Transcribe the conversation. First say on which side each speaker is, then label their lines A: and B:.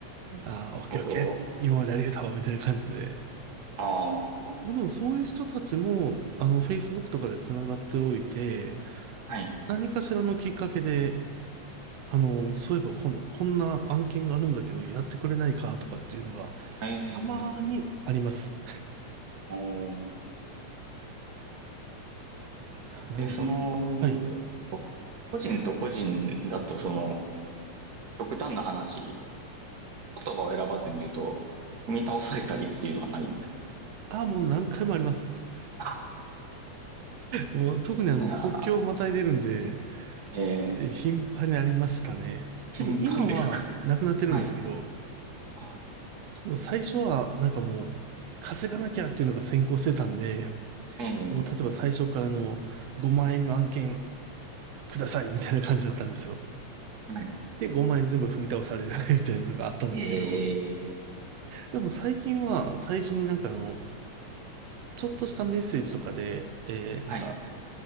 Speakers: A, on the right; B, on the right.
A: なるほど。
B: ああ、オッケーオッケー、今までありがとう、みたいな感じで、
A: ああ、
B: まあでもそういう人たちも、あの、Facebook とかでつながっておいて、
A: はい。
B: 何かしらのきっかけで、あの、そういえば今度こんな案件があるんだけど、やってくれないかとかっていうのが、
A: ええ、
B: たまーにあります。
A: おー
B: なので、
A: で、その、
B: はい。
A: こ個人と個人だと、その、極端な話、言葉を選ばずに言うと、踏み倒されたりっていうのはないんですか
B: ああ、もう何回もあります。
A: あ、
B: もう特にあの、
A: いや
B: 国境をまたいでるんで、
A: ー、えー、
B: え頻繁にありましたね。
A: 頻繁ですか
B: でも今はなくなってるんですけど、
A: はい。あ、
B: でも最初はなんかもう、稼がなきゃっていうのが先行してたんで、
A: えー、
B: もう例えば最初からの5万円の案件くださいみたいな感じだったんですよ。
A: はい。
B: で、5万円全部踏み倒される <laughs> みたいなのがあったんですけど、
A: えー、
B: でも最近は最初になんかあの、ちょっとしたメッセージとかで、えー、なんか
A: はい、